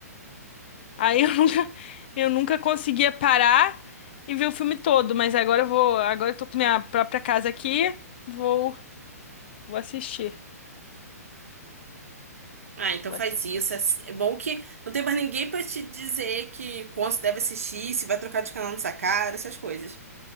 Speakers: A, on the left; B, on the right.
A: Aí eu <laughs> nunca, eu nunca conseguia parar e ver o filme todo. Mas agora eu vou. Agora eu tô com minha própria casa aqui. Vou, vou assistir.
B: Ah, então
A: Vou
B: faz isso. É é bom que não tem mais ninguém pra te dizer que quanto deve assistir, se vai trocar de canal nessa cara, essas coisas.